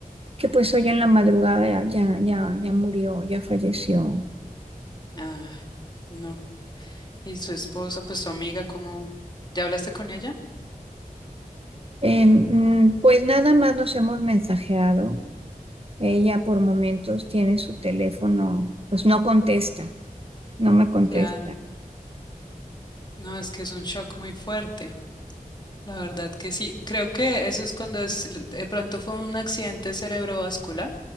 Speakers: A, on the right (about 40°); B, on the left (about 30°).
A: que pues hoy en la madrugada ya, ya, ya murió, ya falleció.
B: Ah, no. Y su esposa, pues su amiga, ¿cómo? ¿Ya hablaste con ella?
A: Eh, mm, pues nada más nos hemos mensajeado. Ella por momentos tiene su teléfono, pues no contesta, no me contesta.
B: Claro. No, es que es un shock muy fuerte. La verdad que sí. Creo que eso es cuando es, de pronto fue un accidente cerebrovascular.